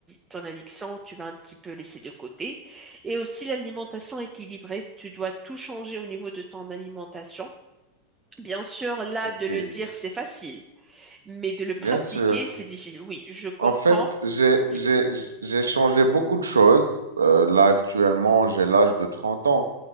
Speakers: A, on the right; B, on the right.
A: ton addiction, tu vas un petit peu laisser de côté. Et aussi l'alimentation équilibrée, tu dois tout changer au niveau de ton alimentation. Bien sûr, là,
B: ok,
A: de le dire, c'est facile mais de le pratiquer,
B: bien sûr.
A: c'est difficile. Oui, je comprends.
B: En fait, j'ai,
A: Dis-
B: j'ai, j'ai changé beaucoup de choses. Euh, là, actuellement, j'ai l'âge de 30 ans.